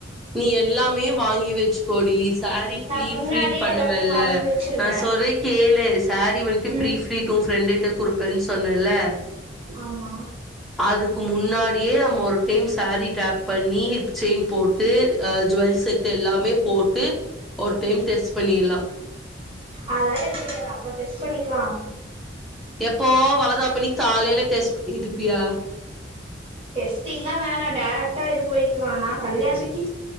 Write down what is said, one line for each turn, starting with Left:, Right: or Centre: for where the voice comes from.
Centre: நீ எல்லாமே வாங்கி வச்சு கோடி சாரி
Right: நா
Centre: பரிபிலிட்
Right: முன்னாடியே
Centre: பண்ணுவ
Right: எல்லாத்தையு
Centre: இல்லா
Right: வாங்கி வச்சிருவே
Centre: ந சொல்ரே கேளேசாரி வந்துட்டு
Right: ம்
Centre: பிரிபிலிட்உ பிரண்டுகிட்ட குடுப்பேன்னு சொன்னால்லா
Right: ஆமா
Centre: அதுக்கு முன்னாடியே நம்ம ஒரு டைம்ஸ் சாரி டேராப்பண்ணி செயின் போட்டு ட்டு அஹ் ஜுவல் செட் எல்லாமே போட்டு ஒரு டைம் டெஸ்ட் பண்ணிடலாம்
Right: அதெல்லாம் இருக்கங்க அப்ப டெஸ்ட் பண்ணிக்கலாம்
Centre: எப்போ வலகாப்பு அன்னிக்கி காலையில டெஸ்ட் பண்ணிட்டு இருப்பியா
Right: டெஸ்டிங்கல்லாம் வேணா டேரக்ட்டா எது போயிக்கலா னா கல்யாணத்துகே